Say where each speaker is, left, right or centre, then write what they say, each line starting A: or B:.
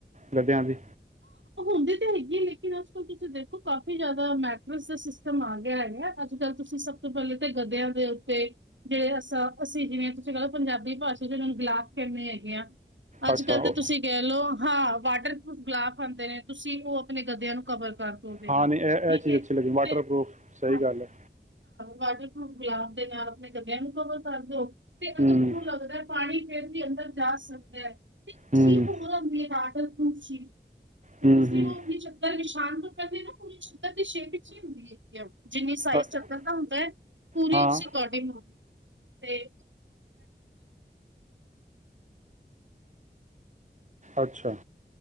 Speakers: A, on the right; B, on the right.
A: ਗੱਦਿਆਂ ਦੀ।
B: ਹੁੰਦੀ ਤਾਂ ਹੈਗੀ ਆ ਲੇਕਿਨ ਅੱਜ ਕੱਲ ਤੁਸੀਂ ਦੇਖੋ ਕਾਫੀ ਜ਼ਿਆਦਾ ਮੈਟਰਸ ਦਾ ਸਿਸਟਮ ਆ ਗਿਆ ਹੈਗਾ ਅੱਜ ਕੱਲ ਤੁਸੀਂ ਸਭ ਤੋਂ ਪਹਿਲੇ ਤਾਂ ਗਦਿਆਂ ਦੇ ਉੱਤੇ ਜਿਹੜੇ ਅ ਅਸੀਂ ਜਿਵੇਂ ਤੁਸੀਂ ਕੋ ਪੰਜਾਬੀ ਭਾਸ਼ਾ ਚ ਉਹਨਾਂ ਨੂੰ ਗਿਲਾਫ਼ ਕਹਿੰਦੇ ਹੈਗੇ ਆ। ਅੱਜ
A: ਅੱਛਾ
B: ਕੱਲ
A: ਉਹ
B: ਤਾਂ ਤੁਸੀਂ ਕਹਿ ਲਓ ਹਾਂ ਵਾਟਰ ਪ੍ਰੂਫ ਗਲਾਫ ਹੁੰਦੇ ਨੇ ਤੁਸੀਂ ਉਹ ਆਪਣੇ ਗੱਦਿਆਂ ਨੂੰ ਕਵਰ ਕਰ ਦੋ ਉਹਦੇ
A: ਹਾਂ
B: ਨਾਲ
A: ਨਹੀਂ
B: ਠੀਕ
A: ਇਹ ਇਹ ਚੀਜ਼
B: ਹੈ,
A: ਅੱਛੀ ਲੱਗੀ ਵਾਟਰਪ੍ਰੂਫ
B: ਤੇ
A: ਸਹੀ
B: ਹਾਂ
A: ਗੱਲ ਹੈ
B: ਵਾਟਰਪੂਫ ਗਲਾਫ ਤੇ ਨਾਲ ਆਪਣੇ ਗਦਯਾ ਨੂੰ ਕਵਰ ਕਰ ਦਿਓ ਤੇ ਅਗਰ
A: ਹੂੰ
B: ਤੁਹਾਨੂੰ ਲੱਗਦਾ ਪਾਣੀ ਫੇਰ ਵੀ ਅੰਦਰ ਜਾ ਸਕ <unintelligible> ਇਕ
A: ਹੂੰ
B: ਚੀ ਹੋਰ ਹੁੰਦੀ ਹੈ ਡਟ <unintelligible> ਤੇ
A: ਹੂੰ
B: ਤੁਸੀਂ
A: ਹੂੰ
B: ਉਹ ਆਪਣੀ ਚੱਦਰ ਵਿਸ਼ਾਨ ਕਰਦੇ ਨਾ ਪੂਰੀ ਚੱਦਰ ਦੀ ਸ਼ੇਪ ਵਿੱਚ ਹੀ ਹੁੰਦੀ ਹੈਗੀ ਆ। ਜਿੰਨੀ ਸਾਈਜ਼
A: ਅ-
B: ਚੱਦਰ ਦਾ ਹੁੰਦਾ ਹੈ ਪੂਰੀ
A: ਹਾਂ
B: ਉਸ ਅਕੋਡਿੰਗ ਹੁੰਦੀ ਹੈ। ਤੇ <inaudible>
A: ਅੱਛਾ